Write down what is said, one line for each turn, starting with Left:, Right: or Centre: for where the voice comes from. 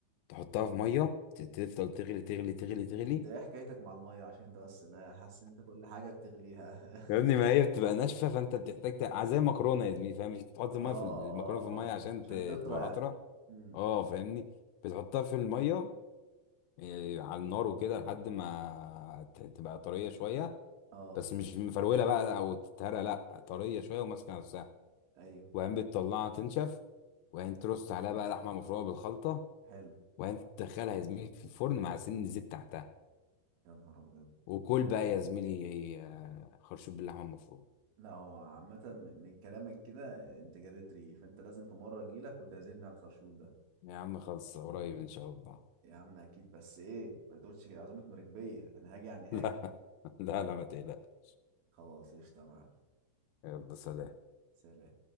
Left: تحطها في ميه ت- تفضل تغلي تغلي تغلي تغلي
Right: انت ايه حكايتك مع الميه عشان انت بس انا حاسس ان انت كل حاجه بتغليها
Left: يا ابني ما هي بتبقى ناشفه فانت بتحتاج تق- زي المكرونه يا زميلي فاهم مش
Right: <laughs>
Left: بتحط الميه
Right: اه
Left: في المكرونه
Right: اه
Left: في الميه
Right: اه
Left: عشان
Right: عشان
Left: ت-
Right: تطرى
Left: تبقى
Right: يعني
Left: اطرى
Right: امم
Left: اه فاهمني بتحطها في الميه إيه، على النار وكده لحد ما ت- تبقى طريه شويه
Right: اه
Left: بس مش مفروله بقى او تتهرى لا طريه شويه وماسكه نفسها
Right: ايوه
Left: وبعدين بتطلعها تنشف وبعدين ترص عليها بقى لحمه مفرومه بالخلطه
Right: حلو
Left: وبعدين تدخلها يا زميلي في الفرن مع سن زيت تحتها
Right: يا نهار ابيض
Left: وكل بقى يا زميلي آه، خرشوف باللحمه المفرومه
Right: لا هو عامة من كلامك كده انت جريت ريقي فانت لازم في مرة اجيلك وتعزمني على الخرشوف ده
Left: يا عم خلص قريب ان شاء الله
Right: يا عم اكيد بس ايه ما تقولش كده عزومه مراكبيه انا هاجي يعني
Left: <laughs>
Right: هاجي
Left: لا لا لا ما تقلقش
Right: خلاص قشطه يا معلم
Left: يلا سلام
Right: سلام